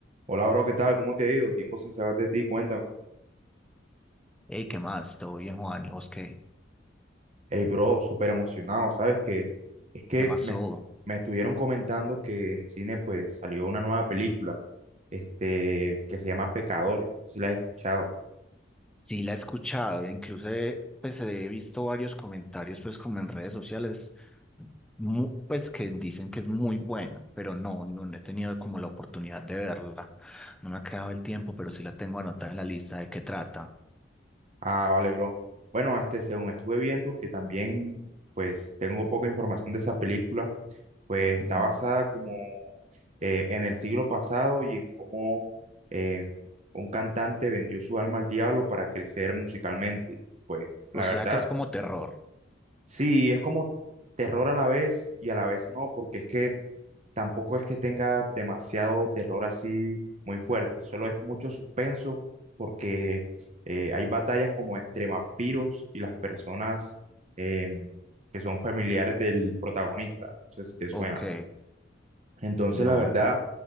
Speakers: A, on the right; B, in the centre.
A: Hola, bro, ¿qué tal? ¿Cómo te ha ido? Tiempo sin saber de ti, cuéntame.
B: Hey, ¿qué más? ¿Todo bien, Juan? ¿Y vos qué?
A: Hey, bro, súper emocionado, ¿sabes qué? Es que
B: ¿Qué pasó?
A: me, me estuvieron comentando que en cine pues salió una nueva película, este, que se llama Pecadores, no sé si la has escuchado.
B: Sí, la he escuchado, incluso eh, pues he visto varios comentarios pues como en redes sociales, mu- pues que dicen que es muy buena, pero no, no no he tenido como la oportunidad de verla. No me ha quedado el tiempo, pero sí la tengo anotada en la lista de qué trata.
A: Ah, vale, bro. Bueno, este, según estuve viendo, que también pues tengo poca información de esa película, pues está
B: Ujú.
A: basada como eh, en el siglo pasado y en cómo eh, un cantante vendió su alma al diablo para crecer musicalmente. Y, Pues la
B: O sea
A: verdad,
B: que es como terror.
A: sí, es como terror a la vez y a la vez no, porque es que tampoco es que tenga demasiado terror así muy fuerte, solo es mucho suspenso porque eh, hay batallas como entre vampiros y las personas em, que son familiares del protagonista. No sé si te suena.
B: Ok,
A: Entonces,
B: no.
A: la verdad,